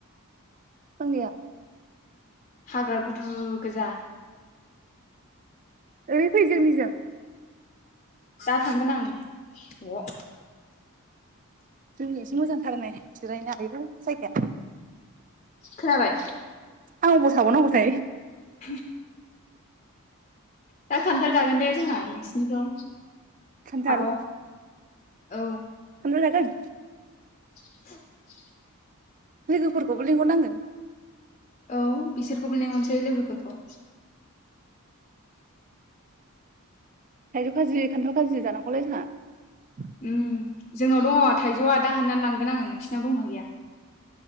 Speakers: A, on the right; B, on the left.
A: फां गैया?
B: हाग्रा गुदु गोजा
A: ओरै फै जोंनिजों
B: दा थांगोन आं अ
A: जोंनियासे मोजांथार नै जिरायनो आयौ जायगाया।
B: खोनाबाय?
A: आं अबाव थाबावनांगौथाय?
B: <inaudible> दा खान्थाल जागोन दे जोंहा नोंसिनिखौ
A: खान्थाल
B: आब' औ
A: <unintelligible> जागोन
B: <inaudible>
A: लोगोफोरखौबो लिंहरनांगोन
B: औ बिसोरखौबो लिंहरनोसै लोगोफोरखौ
A: थायजौ खाजि खान्थाल खाजि जानांगौलाय जोंहा
B: उम जोंनाव दङ थाइजौआ दा हाननानै लांगोन आङो नोंसिनाव दंना गैया